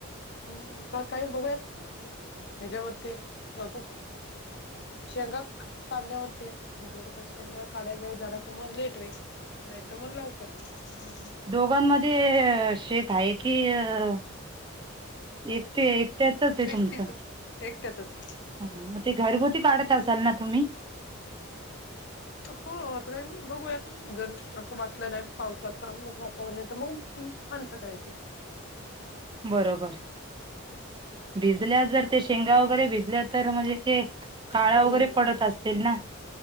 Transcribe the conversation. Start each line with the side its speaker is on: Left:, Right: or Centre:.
Left: हं त काही बघूयात हेच्यावरती बघु. शेंगा काढण्यावरती आहे, जर त शेंगा काढायला वेळ झाला तर मग लेट होईन. नाही त म लवकर हुईन.
Right: दोघांमध्ये शेत आहे की अ! एकटे एकट्यातच आहे
Left: एकटीच
Right: तुमच्यां.
Left: एकट्यातच आहे.
Right: हा म ते घरगुती काढत असाल ना तुमी. <inaudible>
Left: हो आता काय बघूयात, जर असं वाटलं नाही पावसाचा वातावरण आहे त मंग. मानसं करायचे.
Right: बरोबर भिजल्या जर ते शेंगा वगैरे भिजल्या तर म्हणजे ते! काळा
Left: प्रॉब्लेम
Right: वगैरे पडत असतील ना?